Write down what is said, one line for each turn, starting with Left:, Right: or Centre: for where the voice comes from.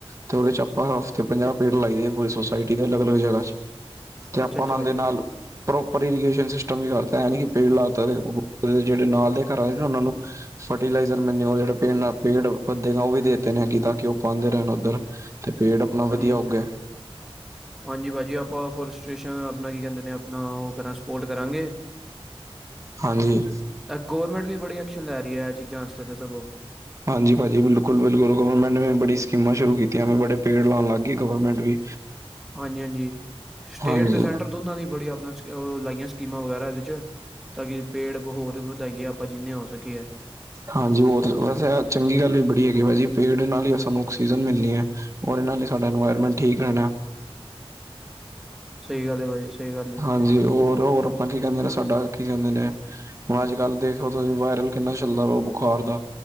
Right: ਤੇ ਉਹਦੇ 'ਚ ਆਪਾਂ ਹਫ਼ਤੇ ਪੰਜਾਹ ਪੇੜ ਲਾਈ ਦੇ ਪੂਰੇ ਸੋਸ ਪਈ ਟੀ ਦੇ ਅਲੱਗ- ਅਲੱਗ ਸ਼ਹਿਰਾ 'ਚ ਤੇ ਆਪਾਂ
Centre: ਅੱਛਾ ਅੱਛਾ
Right: ਉਹਨਾਂ
Centre: ਭਾਜੀ
Right: ਦੇ ਨਾਲ ਪ੍ਰੋਪਰ ਇਰੀਗੇਸ਼ਨ ਸਿਸਟਮ ਵੀ ਕਰਤਾ ਐਹ ਨੀ ਕਿ ਪੇੜ ਲਾਤਾ ਤੇ ਪ ਓਹ ਜਿਹੜੇ ਨਾਲ ਦੇ ਘਰਾਂ 'ਚ ਉਹਨਾਂ ਨੂੰ ਫਰਟੀਲਾਈਜ਼ਰ ਮੈਨੂ ਉਹ ਜਿਹੜੇ ਪੇ ਪੇੜ ਵੱਧਗਾ ਉਹ ਵੀ ਦੇਤੇ ਨੇ ਤਾਂ ਕਿ ਉਹ ਪਾਂਦੇ ਰਹਿਣ ਉੱਧਰ ਤੇ ਪੇੜ ਆਪਣਾ
Centre: ਹਾਂਜੀ
Right: ਵਧੀਆ ਉਗੇ।
Centre: ਹਾਂਜੀ ਭਾਜੀ। ਆਪਾਂ ਫੋਰਟ੍ਰ ਸਟੇਸਨ ਆਪਣਾ ਕੀ ਕਹਿੰਦੇ ਨੇ, ਆਪਣਾ ਉਹ ਕਰਾਂ ਸਪੋਰਟ ਕਰਾਂਗੇ।
Right: ਹਾਂਜੀ।
Centre: ਗੌਰਮੈਂਟ ਵੀ ਬੜੀ ਐਕਸ਼ਨ ਲੈ ਰਹੀਂ ਹੈ ਇਹ ਚੀਜ਼ਾਂ ਵਾਸਤੇ ਸਗੋਂ।
Right: ਹਾਂਜੀ ਭਾਜੀ। ਬਿਲਕੁਲ- ਬਿਲਕੁਲ ਗਵਰਮੈਂਟ ਨੇ ਬੜੀਆਂ ਸਕੀਮਾਂ ਸ਼ੁਰੂ ਕੀਤੀਆਂ ਬੜੇ ਪੇੜ ਲਾਉਂਣ ਲੱਗ ਪਈ ਗੌਰਮਿਂਟ ਵੀ।
Centre: ਹਾਂਜੀ- ਹਾਂਜੀ ਸਟੇਟ
Right: ਹਾਂਜੀ।
Centre: ਤੇ ਸੈਂਟਰ ਦੋਨਾਂ ਦੀ ਬੜੀ ਆਪਣਾਂ ਲਾਈਆਂ ਸਕੀਮਾਂ ਵਗੈਰਾ ਇਹਦੇ 'ਵਿੱਚ। ਤਾਂ ਕਿ ਪੇੜ ਹੋਰ ਵਧਾਈਐ ਆਪਾਂ ਜਿੰਨੇ ਹੋ ਸਕੇਗਾ।
Right: ਹਾਂਜੀ। ਉਹ ਤਾਂ ਵੈਸੇ ਚੰਗੀ ਗੱਲ ਵੀ ਬੜੀ ਹੈਗੀ ਭਾਜੀ ਪੇੜ ਨਾਲ ਹੀ ਸਾਨੂੰ ਆਕਸੀਜਨ ਮਿਲਣੀ ਹੈ। ਔਰ ਇਹਨਾਂ ਲਈ ਸਾਡਾ ਇਨਵਾਇਰਮੈਂਟ ਠੀਕ ਰਹਿਣਾ।
Centre: ਸਹੀ ਗੱਲ ਹੈ ਭਾਜੀ ਸਹੀ ਗੱਲ ਹੈ
Right: ਹਾਂਜੀ। ਹੋਰ-ਹੋਰ ਆਪਾਂ ਕੀ ਕਹਿੰਦੇ ਨੇ, ਸਾਡਾ ਕੀ ਕਹਿੰਦੇ ਨੇ। ਹੁਣ ਅੱਜ-ਕੱਲ੍ਹ ਦੇਖੋਓ ਤੁਸੀਂ ਵਾਇਰਲ ਕਿੰਨਾ ਚੱਲਦਾ ਵਾਂ ਬੁਖਾਰ ਦਾ।